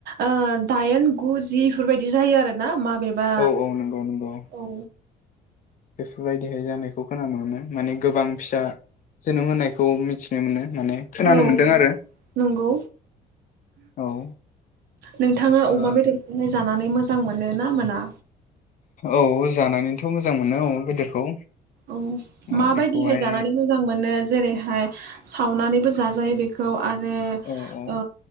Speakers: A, on the right; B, on the left.
A: ओ दाइन, गु, जि, बेफोरबायदि जायो आरोना मा बेबा
B: औ औ नंगौ नंगौ
A: औ।
B: बेफोरबायदिहाय जानायखौ खोनानो मोनो माने गोबां फिसा जोनोम होनायखौ मिथिनो मोनो। माने खोनानो
A: औ
B: मोन्दों आरो
A: नंगौ
B: औ
A: नोंथाङा अमा
B: ओ
A: बेदरखौ जाना नै मोजां मोनोना मोना?
B: औ जानानैथ' मोजां मोनो औ बेदरखौ।
A: औ
B: अ
A: माबायदिहाय
B: बेखौहाय
A: जानानै मोजां मोनो जेरैहाय सावनानै, जाजायो बेखौ आरो ओ।
B: औ औ